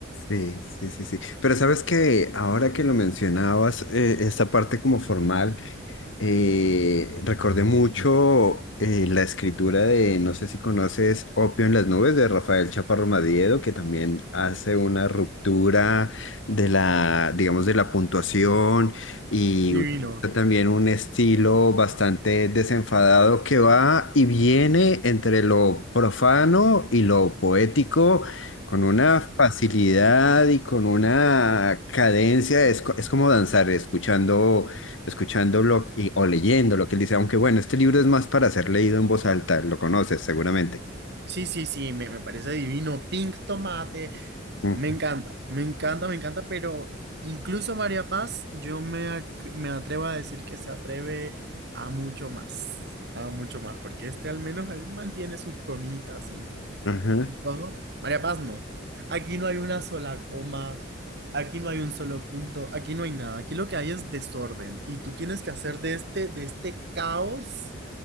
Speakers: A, on the left; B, on the right.
A: Sí, sí, sí, sí. Pero sabes que ahora que lo mencionabas, eh, esta parte como formal, eh, recordé mucho eh, la escritura de, no sé si conoces, Opio en las nubes de Rafael Chaparro Madiedo, que también hace una ruptura de la, digamos, de la puntuación y
B: Divino.
A: utiliza también un estilo bastante desenfadado que va y viene entre lo profano y lo poético con una facilidad y con una cadencia, es, co- es como danzar, escuchando, escuchando lo- y- o leyendo lo que él dice, aunque bueno, este libro es más para ser leído en voz alta, lo conoces seguramente.
B: Sí, sí, sí, me, me parece divino. Pink tomate.
A: Ujú,
B: Me encanta, me encanta, me encanta, pero incluso María Paz, yo me, ac- me atrevo a decir que se atreve a mucho más, a mucho más, porque este al menos él mantiene sus comitas y,
A: ajá.
B: y todo. María Paz no. Aquí no hay una sola coma, aquí no hay un solo punto, aquí no hay nada. Aquí lo que hay es desorden y tú tienes que hacer de este, de este caos